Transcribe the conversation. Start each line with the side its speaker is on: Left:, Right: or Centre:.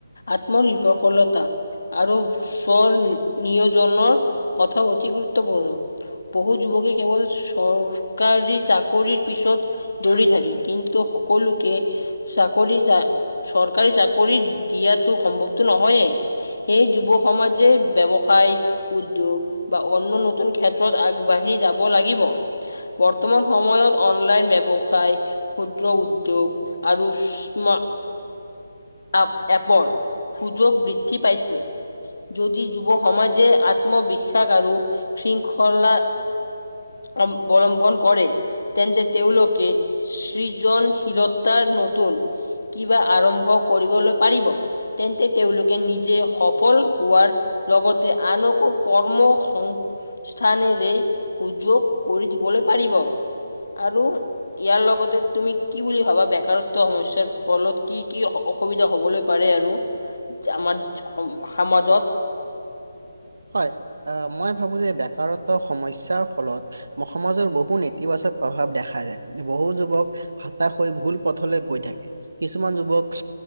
Left: আত্মনিৰ্ভৰশলতা আৰু সৰ নিয়োজনৰ কথা অতি গুৰুত্বপূৰ্ণ বহু যুৱকে কেৱল চৰকাৰী চৰকাৰী কৰি পিছত দৌৰি থাকে কিন্তু সকলোকে চাকৰি চৰকাৰী চাকৰি দিয়াটো সম্ভৱতো নহয়েই সেই যুৱ সমাজে ব্যৱসায়, উদ্যোগ বা অন্য নতুন ক্ষেত্ৰত আগবাঢ়ি যাব লাগিব। বৰ্তমান সময়ত অনলাইন ব্যৱসায় ক্ষুদ্ৰ উদ্যোগ আৰু স্মা আপ এপৰ সুযোগ বৃদ্ধি পাইছে যদি যুৱ সমাজে আত্মবিশ্বাস আৰু শৃংখলা অৱলম্বন কৰে, তেন্তে তেওঁলোকে সৃজনশীলত তাৰ নতুন কিবা আৰম্ভ ক কৰিবলৈ পাৰিব তেন্তে তেওঁলোকে নিজে সফল হোৱাৰ লগতে আনকো কৰ্ম সস্থআনেৰে সুযোগ কৰী দিবলে পাৰিব আৰু ইয়াৰ লগতে তুমি কি বুলি ভাবা বেকাৰত্ব সমস্যাৰ ফলত কি? কি ও -অসুবিধা হবলৈ পাৰে আৰু আমাৰ সমাজত
Right: হয় আহ মই ভাবো যে বেকাৰত সমস্যাৰ ফলত সমাজৰ বহু নেতিবাচক প্ৰভাৱ দেখা যায় বহু যুৱক হাতাশ হৈ ভুল পথলৈ গৈ থাকে কিছুমান যুৱক